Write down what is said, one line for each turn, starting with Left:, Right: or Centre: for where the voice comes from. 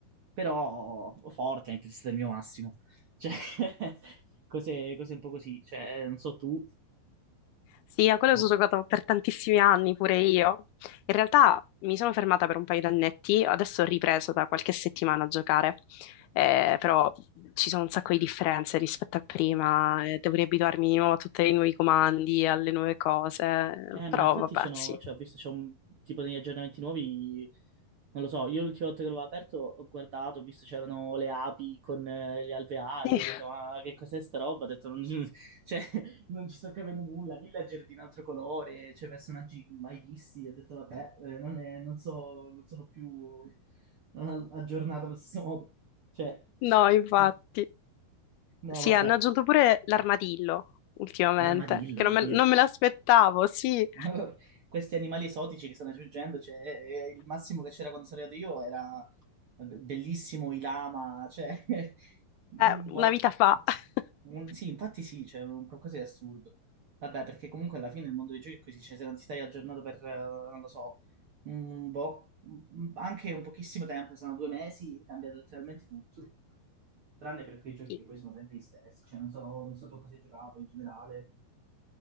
Right: però Fortnite è stato il mio massimo. Cioè, <laughs> cose, cose un po' così, cioè, non so tu,
Left: Sì, a quello
Right: boh.
Left: ci ho giocato per tantissimi anni, pure io. In realtà mi sono fermata per un paio di annetti, adesso ho ripreso da qualche settimana a giocare, Eh, però ci sono un sacco di differenze rispetto a prima, eh, devo riabituarmi di nuovo a tutti i nuovi comandi, alle nuove cose,
Right: Eh, ma
Left: però
Right: infatti
Left: vabbè,
Right: sono,
Left: sì.
Right: cioè, ho visto c'è un tipo degli aggiornamenti nuovi, non lo so, io l'ultima volta che l'avevo aperto ho guardato, ho visto c'erano le api con eh, gli alveari,
Left: <laughs>
Right: ho detto ma che cos'è sta roba? Ho detto non, <laughs> cioè, non ci sto capendo nulla, villager di un altro colore, cioè personaggi mai visti, ho detto vabbè, eh, non, è- non so, non sono più eh, aggiornato allo stesso modo, cioè,
Left: No, infatti.
Right: <laughs>
Left: Sì,
Right: no vabbè,
Left: hanno aggiunto pure l'armadillo ultimamente,
Right: l'armadillo,
Left: che non
Right: oddio.
Left: me, non me l'aspettavo, sì,
Right: <laughs> Questi animali esotici che stanno aggiungendo, cioè, eh, il massimo che c'era quando sono arrivato io era eh, bellissimo i lama, cioè, <laughs> mm,
Left: è una
Right: boh.
Left: vita fa. <laughs>
Right: Un- sì, infatti sì, c'è un qualcosa di assurdo. Vabbè, perché comunque alla fine il mondo dei giochi è così, cioè se non ti stai aggiornato per, eh, non lo so, un boh, un- anche un pochissimo tempo, sono due mesi, cambia letteralmente tutto. Tranne per quei giochi
Left: Sì.
Right: che poi sono sempre gli stessi, cioè non so, non so tu cosa hai giocato in generale.